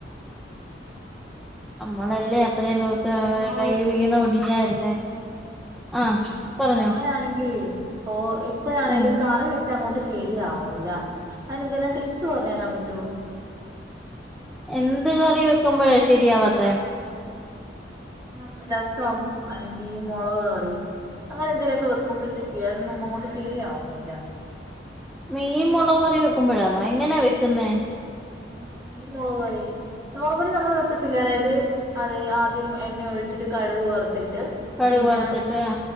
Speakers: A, on the right (about 20°); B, in the centre.
A: ആ
B: അമ്മളല്ലേ അത്രയും ദിവസം
A: ഞാൻ
B: കൈ വീണ ഒടിഞ്ഞായിരുന്നേ
A: ആ
B: ആഹ് പറഞ്ഞോ
A: ഞാനാണെങ്കിൽ ഇപ്പോ എപ്പഴാണേലും
B: ഉം
A: കറി വെ ച്ചാ അങ്ങോട്ട് ശരിയാവുന്നില്ല അതിനെന്തെലും ടിപ്സ് പറഞ്ഞു തരാൻ പറ്റോ.
B: എന്ത് കറി വെക്കുമ്പഴേ ശരിയാവാത്തെ
A: ഞ്ഞം രസം അല്ലെങ്കി മുളക് കറി അങ്ങനെന്തേലുക്കെ വെക്കുമ്പോഴത്തേക്ക് അതൊന്നും അങ്ങോട്ട് ശരിയാവുന്നില്ല
B: മീൻ മുളക് കറി വെക്കുമ്പോഴാന്നോ എങ്ങനാ വെക്കുന്നേ
A: ആ മീൻ മുളക് കറി നോർമലി നമ്മൾ വെക്കത്തി ല്ലേതായത് അത് ആദ്യം എണ്ണ ഒഴിച്ചിട്ട് കടുക് വർത് ത്തിട്ട്
B: കടുക്
A: പിന്നെ
B: വറുത്തിട്ട് ആ